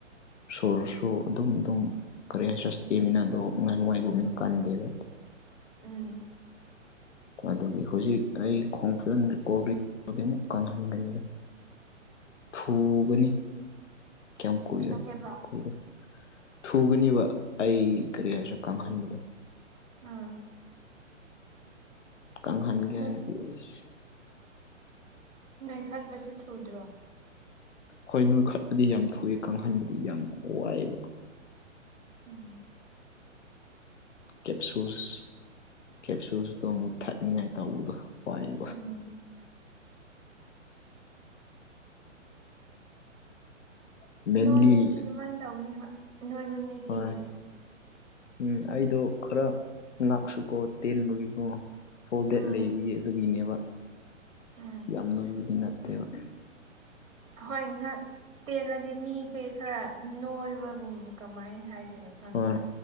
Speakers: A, on the left; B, on the right.
A: ꯁꯣꯔꯁꯨ ꯑꯗꯨꯝ ꯑꯗꯨꯝ ꯀꯔꯤ ꯍꯥꯏ ꯆꯁꯇꯦꯃꯤꯅ ꯑꯗꯣ ꯑꯍꯥꯟ ꯋꯥꯏꯒꯨꯝꯅ ꯀꯟꯗꯦꯕ
B: ꯎꯝ
A: ꯑꯗꯨꯒꯤ ꯍꯧꯖꯤꯛ ꯑꯩ ꯈꯣꯡ ꯐꯨꯗꯅ ꯀꯣꯔꯤꯗꯤ ꯑꯃꯨꯛ ꯀꯪꯍꯟꯒꯅꯤꯗ ꯊꯨꯒꯅꯤ ꯀ ꯀꯨꯏꯔꯣꯏ
B: ꯀꯩ ꯍꯥꯏꯕ
A: ꯀꯨꯏꯔꯣꯏ ꯊꯨꯒꯅꯦꯕ ꯑꯩ ꯀꯔꯤ ꯍꯥꯏꯁꯤ꯭ꯔꯥ ꯀꯥꯡꯪꯍꯟꯕꯗꯣ
B: ꯑꯥ
A: ꯀꯪꯍꯟꯒꯦ
B: ꯅꯣꯏ
A: ꯍꯥꯏꯔꯗꯤ ꯑꯩꯁ
B: ꯅꯣꯏꯈꯥ ꯄꯁꯤ ꯊꯧꯗꯣ
A: ꯍꯣꯏ ꯅꯣꯏꯈꯠꯄꯗꯤ ꯌꯥꯝ ꯊꯨꯏ ꯀꯪꯍꯟꯕꯗꯤ ꯌꯥꯝ ꯋꯥꯏꯑꯕ
B: ꯎꯝ
A: ꯀꯦꯞꯁꯨꯁ ꯀꯦꯞꯁꯨꯁꯇꯣ ꯑꯃꯨꯛ ꯊꯛꯅꯤꯡꯉꯥꯏ ꯇꯧꯕꯗꯣ ꯋꯥꯏꯑꯦꯕ
B: ꯎ
A: ꯃꯦꯟꯂꯤ
B: ꯅꯣꯏꯕꯗꯤ ꯑꯗꯨꯃꯥꯏꯅ ꯇꯧꯕꯅꯤ ꯍꯣꯏ ꯅꯣꯏꯕ ꯃꯤꯁꯤꯡꯒꯤꯗꯤ
A: ꯍꯣꯏ ꯎꯝ ꯑꯩꯗꯣ ꯈꯔ ꯉꯥꯛꯁꯨꯀꯣ ꯇꯦꯟꯕꯒꯤꯀꯣ ꯐꯣꯜ ꯗꯦꯠ
B: ꯎꯝ
A: ꯂꯩꯕꯒꯤ ꯑꯗꯨꯒꯤꯅꯦꯕ
B: ꯎꯝ
A: ꯌꯥꯝ ꯅꯣꯏꯕꯗꯤ ꯅꯠꯇꯦꯕ
B: ꯍꯣꯏ ꯉꯥꯛ ꯇꯦꯜꯂꯗꯤ ꯃꯤꯁꯦ ꯈꯔ ꯅꯣꯏꯕꯒꯨꯝ ꯀꯃꯥꯏꯅ ꯍꯥꯏꯗꯣꯏꯅꯣ ꯈꯪꯗꯦ
A: ꯍꯣꯏ